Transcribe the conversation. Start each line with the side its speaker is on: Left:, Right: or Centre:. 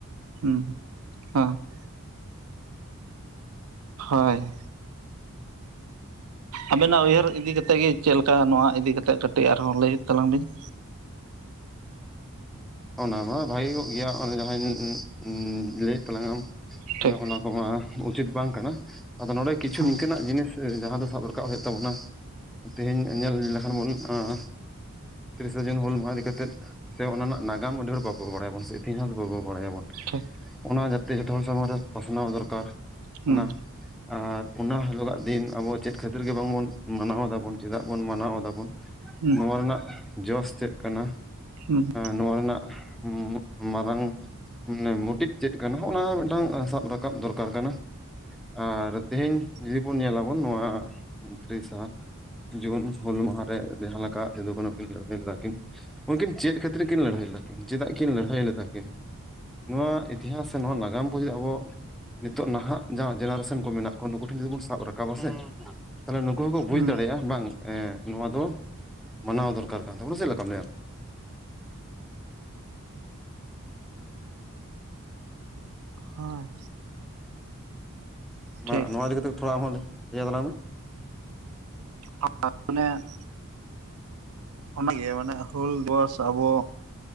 Right: ᱦᱩᱸ ᱦᱟᱸ ᱾ ᱦᱳᱭᱻ ᱾ ᱟᱵᱮᱱᱟᱜ ᱩᱭᱦᱟᱹᱨ ᱤᱫᱤ ᱠᱟᱛᱮᱫ ᱜᱮ, ᱪᱮᱫ ᱞᱮᱠᱟ ᱱᱚᱣᱟ ᱤᱫᱤ ᱠᱟᱛᱮᱜ, ᱠᱟᱹᱴᱤᱡ ᱟᱨᱦᱚᱸ, ᱞᱟᱹᱭ ᱛᱟᱞᱟᱝ ᱵᱤᱱ ᱾
Centre: ᱚᱱᱟ ᱢᱟ ᱵᱷᱟᱜᱮ ᱠᱚᱜ ᱜᱮᱭᱟ ᱾ ᱚᱱᱮ ᱡᱟᱦᱟ ᱚᱸᱩᱸᱜᱻᱩᱸᱻᱚᱸᱼ, ᱞᱟᱹᱭᱮᱫ ᱛᱟᱞᱟᱝ ᱟᱢ ᱾ ᱦᱮᱸ,
Right: ᱴᱷᱤᱠ
Centre: ᱚᱱᱟ ᱠᱚ ᱢᱟ ᱩᱪᱤᱛ ᱵᱟᱝ ᱠᱟᱱᱟ ᱾ ᱟᱫᱚ, ᱱᱚᱰᱮ ᱠᱤᱪᱷᱩ
Right: ᱦᱮᱸ
Centre: ᱱᱤᱝᱠᱟᱹᱱᱟᱜ ᱡᱤᱱᱤᱥ ᱮᱸᱼ, ᱡᱟᱦᱟᱸ ᱫᱚ ᱥᱟᱵ ᱨᱟᱠᱟᱵ ᱦᱩᱭᱩᱜ ᱛᱟᱵᱚᱱᱟ ᱾ ᱛᱮᱦᱮᱧ ᱧᱮᱞ ᱞᱮᱠᱷᱟᱱ ᱵᱚᱱ, ᱟᱸᱻ ᱾ ᱛᱤᱨᱤᱥᱟ ᱡᱩᱱ ᱦᱩᱞ ᱢᱟᱦᱟ ᱤᱫᱤ ᱠᱟᱛᱮᱫ, ᱥᱮ, ᱚᱱᱟ ᱨᱮᱱᱟᱜ ᱱᱟᱜᱟᱢ ᱟᱹᱰᱤ ᱦᱚᱲ ᱵᱟ ᱵᱟᱵᱚ ᱵᱟᱲᱟᱭᱟ ᱥᱮ ᱤᱛᱤᱦᱟᱥ ᱵᱟ ᱵᱚᱱ ᱵᱟᱲᱟᱭᱟᱵᱚᱱ
Right: ᱴᱷᱤᱠ
Centre: ᱾ ᱚᱱᱟ ᱡᱟᱛᱮ, ᱡᱚᱛᱚ ᱦᱚᱲ ᱥᱟᱢᱟᱝ ᱨᱮ, ᱯᱟᱥᱱᱟᱣ ᱫᱚᱨᱠᱟᱨ ᱾
Right: ᱦᱩᱸ
Centre: ᱚᱱᱟ ᱟᱨ, ᱚᱱᱟ ᱦᱤᱞᱳᱟᱜ ᱫᱤᱱ, ᱟᱵᱚ ᱪᱮᱫ ᱠᱷᱟᱹᱛᱤᱨ ᱜᱮ ᱵᱟᱝᱵᱚᱱ ᱢᱟᱱᱟᱣ ᱮᱫᱟ ᱵᱚᱱ, ᱪᱮᱫᱟᱜ ᱵᱚᱱ ᱢᱟᱱᱟᱣ ᱮᱫᱟᱵᱚᱱ ᱾
Right: ᱦᱩᱸ
Centre: ᱱᱚᱣᱟ ᱨᱮᱱᱟᱜ ᱡᱚᱥ ᱪᱮᱫ ᱠᱟᱱᱟ?
Right: ᱦᱩᱸ, ᱾
Centre: ᱱᱚᱣᱟ ᱨᱮᱱᱟᱜ ᱢᱟᱨᱟᱝ ᱢᱟᱱᱮ, ᱢᱚᱴᱤᱵᱽ ᱪᱮᱫ ᱠᱟᱱᱟ ᱾ ᱚᱱᱟ ᱢᱤᱫᱴᱟᱝ ᱥᱟᱵ, ᱨᱟᱠᱟᱵ ᱫᱚᱨᱠᱟᱨ ᱠᱟᱱᱟ ᱾ ᱟᱨ, ᱛᱮᱦᱤᱧ ᱡᱩᱫᱤ ᱵᱚᱱ ᱧᱮᱞᱟᱵᱚᱱ ᱱᱚᱣᱟ, ᱛᱨᱤᱥᱟ ᱡᱩᱱ ᱦᱩᱞ ᱢᱟᱦᱟᱨᱮ ᱾ ᱡᱟᱦᱟᱸ ᱞᱮᱠᱟ ᱥᱤᱫᱩ ᱠᱟᱹᱱᱩᱠᱤᱱ ᱞᱟᱹᱲᱦᱟᱹᱭ ᱞᱮᱫᱟ ᱠᱤᱱ, ᱩᱱᱠᱤᱱ ᱪᱮᱫ? ᱠᱷᱟᱹᱛᱤᱨ ᱠᱤᱱ ᱞᱟᱹᱲᱦᱟᱹᱭ ᱞᱮᱫᱟᱠᱤᱱ, ᱪᱮᱫᱟᱜ? ᱠᱤᱱ ᱞᱟᱹᱲᱦᱟᱹᱭ ᱞᱮᱫᱟᱠᱤᱱ ᱾ ᱱᱚᱣᱟ ᱤᱛᱤᱦᱟᱥ ᱥᱮ, ᱱᱚᱣᱟ ᱱᱟᱜᱟᱢ ᱠᱚ, ᱡᱩᱫᱤ ᱟᱵᱚ ᱱᱤᱛᱚᱜ ᱱᱟᱦᱟᱜ, ᱡᱟᱦᱟᱸ ᱡᱮᱱᱟᱨᱮᱥᱚᱱ ᱠᱚ, ᱢᱮᱱᱟᱜ ᱠᱚᱣᱟ ᱾ ᱱᱩᱠᱩ ᱴᱷᱮᱱ ᱡᱩᱫᱤ ᱵᱚᱱ, ᱥᱟᱵ ᱨᱟᱠᱟᱵᱟ ᱥᱮ, ᱛᱟᱦᱚᱞᱮ, ᱱᱩᱠᱩ ᱦᱚᱸᱠᱚ ᱵᱩᱡᱽ
Right: ᱦᱩᱸ
Centre: ᱫᱟᱲᱮᱭᱟᱜ-ᱟ ᱾ ᱵᱟᱝ ᱟᱸ ᱮᱸ ᱱᱚᱣᱟ ᱫᱚ ᱢᱟᱱᱟᱣ ᱫᱚᱨᱠᱟᱨ ᱠᱟᱱ ᱛᱟᱵᱚᱱᱟ ᱾ ᱥᱮ ᱪᱮᱫ ᱞᱮᱠᱟᱢ ᱞᱟᱹᱭᱟ ᱟᱢ ᱾
Right: ᱦᱳᱭ ᱾
Centre: ᱢᱟ,
Right: ᱴᱷᱤᱠ
Centre: ᱱᱚᱣᱟ ᱤᱫᱤ ᱠᱟᱛᱮ ᱛᱷᱚᱲᱟ, ᱟᱢ ᱦᱚᱸ ᱞᱟᱹᱭᱟᱜ ᱛᱟᱞᱟᱝ ᱢᱮ ᱾
Right: <unintelligible> ᱢᱟᱱᱮ ᱾ ᱚᱱᱟ ᱜᱮ, ᱢᱟᱱᱮ ᱦᱩᱞ ᱫᱤᱵᱚᱥ, ᱟᱵᱚ